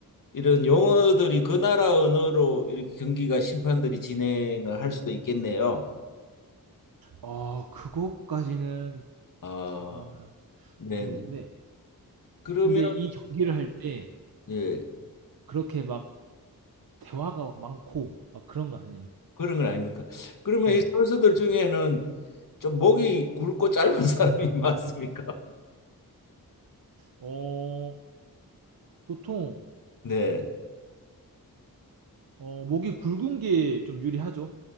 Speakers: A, on the left; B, on the right.
A: 이런 용어들이 그 나라 언어로 이렇게 경기가 심판들이 진행을 할 수도 있겠네요.
B: 아, 그것까지는
A: 아,
B: 제가
A: 네네.
B: 모르겠는데
A: 그러면
B: 근데 이 경기를 할 때
A: 예
B: 그렇게 막 대화가 막 많고 막 그런 거 아니에요.
A: 그런 건 아닙니까? 그러면
B: 예.
A: 이 선수들 중에는 좀 목이 굵고 짧은 <laughs> 사람이 많습니까?
B: 어, 보통
A: 네.
B: 어, 목이 굵은 게 좀 유리하죠.